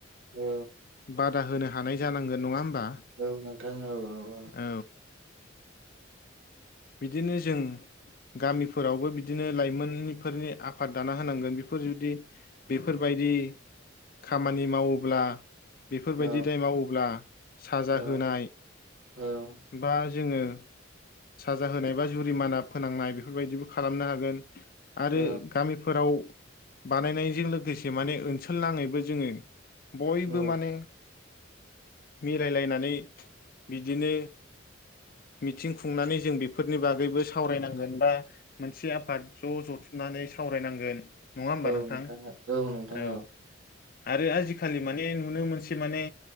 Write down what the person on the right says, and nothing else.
औ।
औ नोंथां औ औ औ
औ
औ
औ।
औ
औ
औ
औ नोंथां